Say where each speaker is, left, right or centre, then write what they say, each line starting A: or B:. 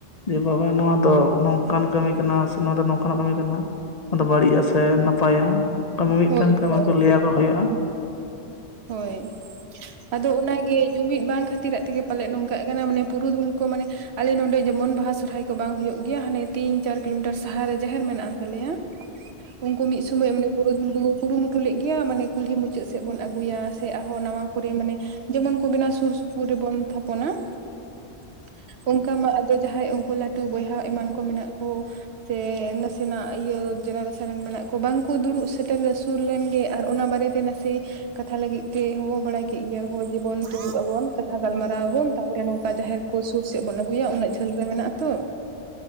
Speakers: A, on the left; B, on the right.
A: ᱡᱮ ᱵᱟᱵᱟ ᱱᱚᱣᱟ ᱫᱚ ᱱᱚᱝᱠᱟᱱ ᱠᱟᱹᱢᱤ ᱠᱟᱱᱟ ᱥᱮ ᱱᱚᱣᱟ ᱫᱚ ᱱᱚᱝᱠᱟᱱ ᱠᱟᱹᱢᱤ ᱠᱟᱱᱟ ᱾ ᱟᱫᱚ ᱵᱟᱹᱲᱤᱡᱼᱟ ᱥᱮ ᱱᱟᱯᱟᱭᱟ ᱠᱟᱹᱢᱤ ᱢᱤᱫᱴᱟᱝ
B: ᱦᱳᱭ
A: ᱠᱟᱹᱢᱤ
B: ᱦᱳᱭ
A: ᱠᱚ ᱞᱟᱹᱭᱟᱠᱚ ᱦᱳᱭᱳᱜᱼᱟ ᱾
B: ᱦᱳᱭ ᱟᱫᱚ ᱚᱱᱟ ᱜᱮ ᱡᱩᱢᱤᱫ ᱵᱟᱝ ᱠᱷᱟᱹᱛᱤᱨᱟᱜ ᱛᱮᱜᱮ ᱯᱟᱞᱮᱫ ᱱᱚᱝᱠᱟᱜ ᱠᱟᱱᱟ ᱢᱟᱱᱮ ᱯᱩᱨᱩᱫᱷᱩᱞ ᱠᱚ ᱢᱟᱱᱮ ᱟᱞᱮ ᱱᱚᱸᱰᱮ ᱡᱮᱢᱚᱱ ᱵᱟᱦᱟ ᱥᱚᱨᱦᱟᱭ ᱠᱚ ᱵᱟᱝ ᱦᱳᱭᱳᱜ ᱜᱮᱭᱟ ᱦᱟᱱᱮ ᱛᱤᱱ ᱪᱟᱨ ᱠᱤᱞᱳᱢᱤᱴᱟᱨ ᱥᱟᱦᱟ ᱨᱮ ᱡᱟᱦᱮᱨ ᱢᱮᱱᱟᱜ ᱟᱱ ᱛᱟᱞᱮᱭᱟ ᱾
A: <inaudible>
B: ᱩᱱᱠᱩ ᱢᱤᱫ ᱥᱩᱢᱚᱭ ᱢᱟᱱᱮ ᱯᱩᱨᱩᱫᱩᱞ ᱠᱚᱜᱚ ᱠᱩ ᱠᱩᱨᱩᱢᱩᱴᱩ ᱞᱮᱜ ᱜᱮᱭᱟ ᱢᱟᱱᱮ ᱠᱩᱞᱦᱤ ᱢᱩᱪᱟᱹᱫ ᱥᱮᱫ ᱵᱚᱱ ᱟᱹᱜᱩᱭᱟ ᱥᱮ ᱟᱨᱦᱚᱸ ᱱᱟᱣᱟ ᱠᱚᱨᱮ ᱢᱟᱱᱮ ᱡᱮᱢᱚᱱ ᱠᱚ ᱵᱮᱱᱟᱣ ᱥᱩᱨ ᱥᱩᱯᱩᱨ ᱨᱮᱵᱚᱱ ᱛᱷᱟᱯᱚᱱᱟ ᱾ ᱚᱱᱠᱟ ᱢᱟ ᱟᱫᱚ ᱡᱟᱦᱟᱸᱭ ᱩᱱᱠᱩ ᱞᱟᱹᱴᱩ ᱵᱚᱭᱦᱟ ᱮᱢᱟᱱ ᱠᱚ ᱢᱮᱱᱟᱜ ᱠᱚ ᱾ ᱥᱮ ᱱᱟᱥᱮᱱᱟᱜ ᱤᱭᱟᱹ ᱡᱮᱱᱟᱨᱮᱥᱚᱱ ᱨᱮᱱ ᱢᱮᱱᱟᱜ ᱠᱚ ᱵᱟᱝᱠᱚ ᱫᱩᱲᱩᱵ ᱥᱮᱴᱮᱨᱞᱮ ᱥᱩᱞ ᱞᱮᱱ ᱜᱮ ᱟᱨ ᱚᱱᱟ ᱵᱟᱨᱮ ᱛᱮ ᱱᱟᱥᱮ ᱠᱟᱛᱷᱟ ᱞᱟᱹᱜᱤᱫ ᱛᱮ ᱦᱚᱦᱚ ᱵᱟᱲᱟᱭ ᱾ ᱠᱮᱜ ᱜᱮᱭᱟ ᱠᱚ ᱡᱮᱵᱚᱱ ᱫᱩᱲᱩᱵ ᱟᱵᱚᱱ ᱠᱟᱛᱷᱟ ᱜᱟᱞᱢᱟᱨᱟᱣ ᱟᱵᱚᱱ ᱛᱟᱯᱚᱨᱮ ᱱᱚᱝᱠᱟ ᱡᱟᱦᱮᱨ ᱠᱚ ᱥᱩᱨ ᱥᱮᱫ ᱵᱚᱱ ᱟᱹᱜᱩᱭᱟ ᱤᱱᱟᱹᱜ ᱡᱷᱟᱹᱞ ᱨᱮ ᱢᱮᱱᱟᱜᱼᱟ ᱛᱚ